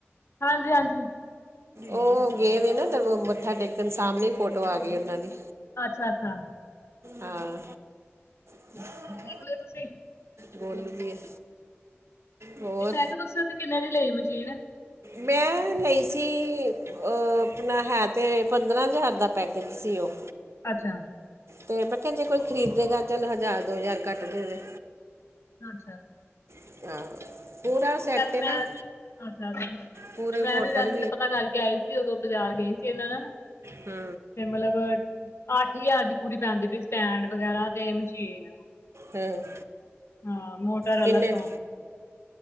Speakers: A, on the left; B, on the right.
A: ਹਾਂਜੀ ਹਾਂਜੀ
B: ਉਹ ਗਏ ਨਾ, ਮੱਥਾ ਟੇਕਣ ਸਾਹਮਣੇ ਫੋਟੋ ਆ ਗਈ ਉਹਨਾਂ ਦੀ
A: ਅੱਛਾ -ਅੱਛਾ।
B: ਆਂ। ਹਾਂ।
A: ਦੇਖਲੋ, ਤੁਸੀਂ।
B: ਗੋਲੂ ਵੀ ਹੈ। ਹੋਰ
A: ਨਹੀਂ ਮੈਂ ਕਿਹਾ, ਤੁਸੀਂ ਉੱਥੇ ਕਿੰਨੇ ਦੀ ਲਈ ਮਸ਼ੀਨ?
B: ਮੈਂ, ਲਈ ਸੀ ਅ, ਆਪਣਾ ਹੈ, ਤੇ ਪੰਦਰਾਂ ਹਜ਼ਾਰ ਦਾ ਪੈਕੇਜ ਸੀ, ਉਹ
A: ਅੱਛਾ।
B: ਤੇ ਮੈਂ ਕਿਹਾ, ਜੇ ਕੋਈ ਖਰੀਦੇ ਗਾ, ਚੱਲ ਹਜ਼ਾਰ ਦੋ ਹਜ਼ਾਰ ਕੱਟ ਦੇ ਦੇ।
A: ਅੱਛਾ।
B: <unintelligible> ਸੈੱਟ
A: ਵੈਸੇ
B: ਹੈ
A: ਮੈਂ,
B: ਨਾ
A: ਅੱਛ
B: ਪੂਰੇ
A: ਅਮੈਂ
B: ਮੋਟਰ
A: ਵੀ ਵੈਸੇ ਤਾਂ ਪਤਾ ਕਰਕੇ ਆਈ ਸੀ। ਉਦੋਂ ਬਾਜ਼ਾਰ ਗਈ ਸੀ ਏਨਾਂ ਨਾਲ
B: ਹੂੰ
A: ਮਲਬ ਅੱਠ ਹਜ਼ਾਰ ਦੀ ਪੂਰੀ ਪੈਂਦੀ ਪਈ ਸਟੈਂਡ ਵਗੈਰਾ ਤੇ ਮਸ਼ੀਨ
B: ਹੂੰ
A: ਹਾਂ ਮੋਟਰਟਰ
B: ਕਿੰਨੇ
A: ਅਲਗ ਤੋਂ।